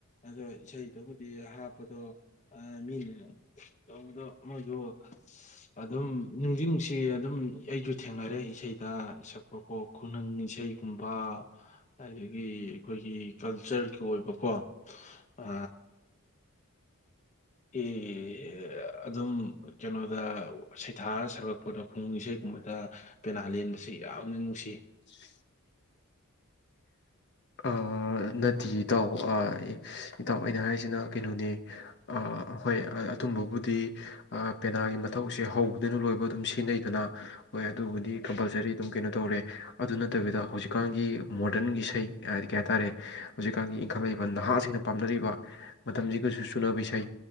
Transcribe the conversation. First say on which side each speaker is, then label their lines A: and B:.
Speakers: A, on the left (about 35°); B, on the left (about 55°).
A: ꯑꯗꯣ ꯏꯁꯩꯗꯨꯕꯨꯗꯤ ꯍꯥꯞꯄꯗꯣ ꯑ ꯃꯤꯅꯦ ꯇꯧꯕꯗ ꯃꯣꯏꯁꯨ ꯑꯗꯨꯝ ꯅꯨꯡꯗꯤ ꯅꯨꯡꯁꯤꯌꯦ ꯑꯗꯨꯝ ꯑꯩꯁꯨ ꯊꯦꯡꯅꯔꯦ ꯏꯁꯩꯗ ꯁꯛꯄꯀꯣ ꯈꯨꯅꯨꯡ ꯏꯁꯩ ꯨꯒꯨꯝꯕ ꯑꯗꯒꯤ ꯑꯩꯈꯣꯏꯒꯤ ꯀꯜꯆꯔꯒꯤ ꯑꯣꯏꯕꯀꯣ ꯑ ꯏ ꯑ ꯑꯗꯨꯝ ꯀꯩꯅꯣꯗ ꯁꯩꯊꯥꯔ ꯁꯧꯔꯛꯄꯗ ꯈꯨꯅꯨꯡ ꯏꯁꯩꯒꯨꯝꯕꯗ ꯄꯦꯅꯥ ꯂꯦꯟꯕꯁꯤ ꯌꯥꯝꯅ ꯅꯨꯡꯁꯤ꯫
B: <inaudible> ꯑ ꯅꯠꯇꯦ ꯏꯇꯥꯎ ꯑ ꯏꯇꯥꯎ ꯑꯩꯅ ꯍꯥꯏꯁꯤꯅ ꯀꯩꯅꯣꯅꯦ ꯑ ꯍꯣꯏ ꯑꯗꯨꯝꯕꯕꯨꯗꯤ ꯑ ꯄꯦꯅꯥꯒꯤ ꯃꯊꯧꯁꯦ ꯍꯧꯕꯗꯩꯅ ꯂꯣꯏꯕ ꯗꯨꯝ ꯁꯤꯟꯅꯩꯗꯅ ꯑꯣꯏ ꯑꯗꯨꯕꯨꯗꯤ ꯀꯝꯄꯜꯁꯔꯤ ꯑꯗꯨꯝ ꯀꯩꯅꯣ ꯇꯧꯔꯦ ꯑꯗꯨ ꯅꯠꯇꯕꯤꯗ ꯍꯧꯖꯤꯛꯀꯥꯟꯒꯤ ꯃꯣꯗꯔꯟꯒꯤ ꯏꯁꯩ ꯍꯥꯏꯗꯤ ꯀꯩ ꯍꯥꯏꯇꯥꯔꯦ ꯍꯧꯖꯤꯛꯀꯥꯟꯒꯤ ꯏꯪꯈꯠꯂꯛꯏꯕ ꯅꯍꯥꯁꯤꯡꯅ ꯄꯥꯝꯅꯔꯤꯕ ꯃꯇꯝꯁꯤ ꯀꯁꯨ ꯆꯨꯅꯕ ꯏꯁꯩ